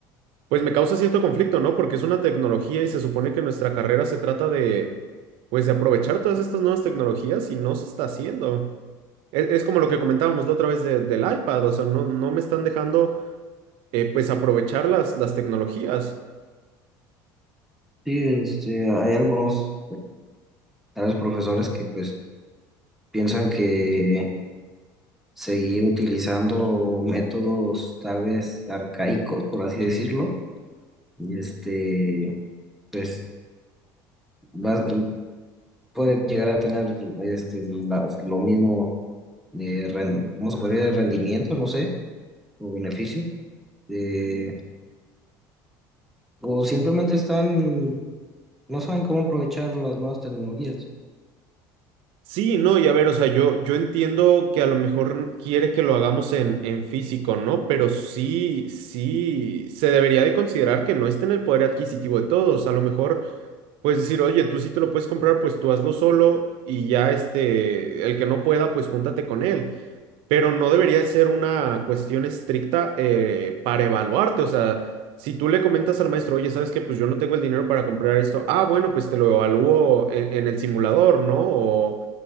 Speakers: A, on the right; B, in the centre.
A: pues me causa cierto conflicto, ¿no? Porque es una tecnología y se supone que nuestra carrera se trata de, pues, de aprovechar todas estas nuevas tecnologías y no se está haciendo. Es, es como lo que comentábamos la otra vez de- del iPad, o sea, no, no me están dejando, eh, pues, aprovechar las, las tecnologías.
B: Sí, este, hay algunos. a los profesores que pues piensan que seguir utilizando métodos tal vez arcaicos, por así decirlo, y este, pues va- puede llegar a tener este, las- lo mismo de, ren- ¿cómo se podría? decir? Rendimiento, no sé, o beneficio, eh, o simplemente están, no saben cómo aprovechar las nuevas tecnologías,
A: Sí, no, y a ver, o sea, yo, yo entiendo que a lo mejor quiere que lo hagamos en, en físico, ¿no? Pero sí, sí, se debería de considerar que no está en el poder adquisitivo de todos. A lo mejor pues decir, oye, tú sí te lo puedes comprar, pues tú hazlo solo y ya este, el que no pueda, pues júntate con él. Pero no debería de ser una cuestión estricta eh, para evaluarte. O sea, si tú le comentas al maestro, oye, ¿sabes qué? Pues yo no tengo el dinero para comprar esto. Ah, bueno, pues te lo evalúo en, en el simulador, ¿no? O,